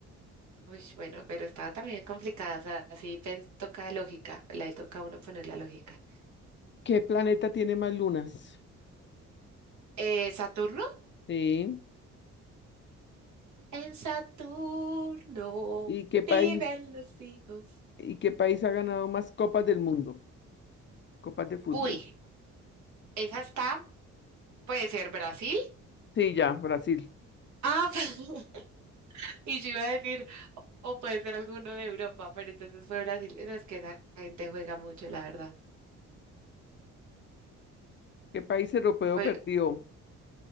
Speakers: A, on the right; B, on the left.
A: Uy, bueno, pero estaba también complicada, o sea, así pen- toca lógica, le toca a uno poner la lógica.
B: ¿Qué planeta tiene más lunas?
A: Eh, ¿Saturno?
B: Sí.
A: En Saturno
B: ¿Y qué país,
A: viven los hijos.
B: y qué país ha ganado más copas del mundo? Copas de fútbol.
A: Uy, esa está, puede ser Brasil.
B: Sí, ya, Brasil.
A: Ah, <laughs> y yo iba a decir, o puede ser alguno de Europa, pero entonces fue Brasil. No, es que esa gente juega mucho, la verdad.
B: ¿Qué país europeo
A: Jue-
B: perdió?